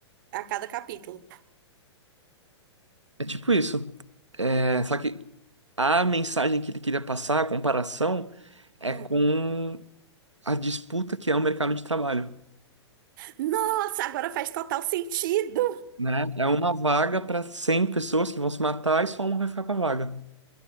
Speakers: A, on the right (about 45°); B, on the right (about 85°).
A: a cada capítulo.
B: É tipo isso. É, só que a mensagem que ele queria passar, a comparação, é
A: Hum.
B: com a disputa que é o mercado de trabalho,
A: Nossa, agora faz total sentido.
B: né? É Uhum. uma vaga para 100 pessoas que vão se matar e só um vai ficar com a vaga.